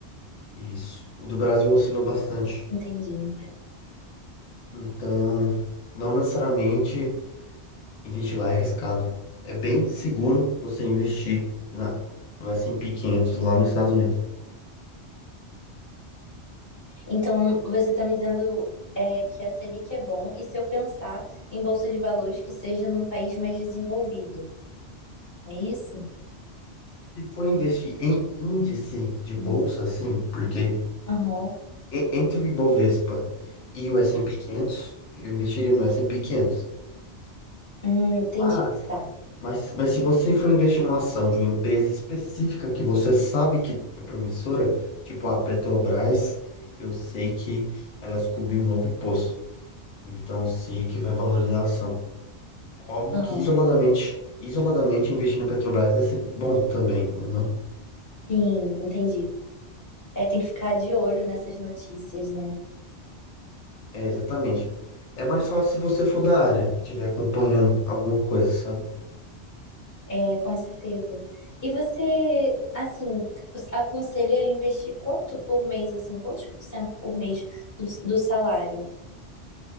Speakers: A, on the left; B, on the left.
A: Isso. O do Brasil oscila bastante.
B: Entendi.
A: Então, não necessariamente investir lá é arriscado. É bem seguro você investir na, no S&P 500 lá nos Estados Unidos.
B: Então, você está me dizendo é, que a Selic é bom, e se eu pensar em bolsa de valores que seja num país mais desenvolvido, é isso?
A: Se for investir em índice de bolsa, sim, porque
B: Aham.
A: e- entre o Ibovespa e o S&P 500, eu investiria no S&P 500.
B: Hum, entendi.
A: Mas,
B: Tá.
A: Mas, mas se você for investir numa ação de uma empresa específica que você sabe que é promissora, tipo a Petrobras, eu sei que ela descobriu um novo poço, então eu sei que vai valorizar a ação. Óbvio
B: Aham.
A: que isoladamente, isoladamente investir na Petrobras vai ser bom também, entendeu?
B: Sim, entendi. É, tem que ficar de olho nessas notícias, né?
A: É, exatamente. É mais fácil se você for da área, estiver acompanhando alguma coisa, sabe?
B: É, é, com certeza. E você, assim, aconselha a investir quanto por mês, assim, quantos por cento por mês do, do salário?